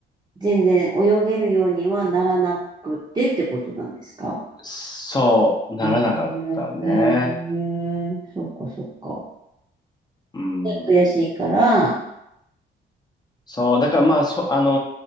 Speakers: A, on the right; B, on the left.
A: 全然泳げるようにはならなくてってことなんですか
B: そう、ならなかったね。
A: えー、えー、そっかそっか。
B: うん。
A: で悔しいから、
B: そう、だからまあ、そ、あの